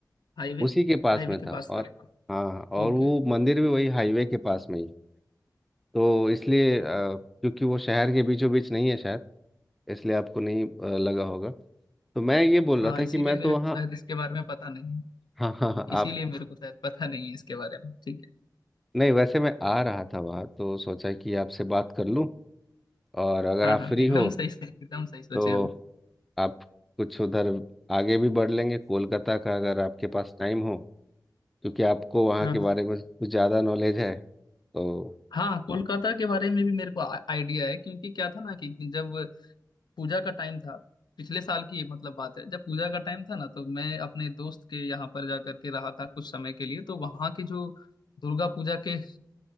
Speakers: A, on the left; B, in the centre.
A: हाईवे
B: उसी के पास
A: हाईवे
B: में
A: के
B: था
A: पास
B: और
A: था
B: हाँ हाँ, और
A: ओके
B: वो मंदिर भी वही हाईवे के पास में ही है। तो इसलिए अ, क्योंकि वो शहर के बीचों बीच नहीं है शायद इसलिए आपको नहीं अ, लगा होगा तो मैं ये बोल
A: हाँ
B: रहा था
A: इसीलिए
B: कि मैं
A: मेरे
B: तो
A: को
B: वहाँ
A: शायद इसके बारे में पता नहीं है
B: <laughs> हाँ हाँ हाँ
A: इसीलिए
B: आप
A: मेरे को शायद पता नहीं है इसके बारे में ठीक है
B: नहीं वैसे मैं आ रहा था वहाँ तो सोचा कि आपसे बात कर लूँ और अगर
A: हाँ
B: आप
A: हाँ
B: फ्री
A: एकदम
B: हो
A: सही से एकदम सही सोचे
B: तो
A: हो
B: आप कुछ उधर आगे भी बढ़ लेंगे कोलकाता का अगर आपके पास टाइम हो क्योंकि आपको वहाँ
A: हाँ
B: के बारे
A: हाँ
B: में कुछ ज़्यादा नॉलेज है तो
A: हाँ कोलकाता के बारे में भी मेरे को आ- आइडिया है क्योंकि क्या था ना कि जब पूजा का टाइम था पिछले साल की मतलब बात है जब पूजा का टाइम था ना तो मैं अपने दोस्त के यहाँ पर जा करके रहा था कुछ समय के लिए तो वहाँ की जो दुर्गा पूजा के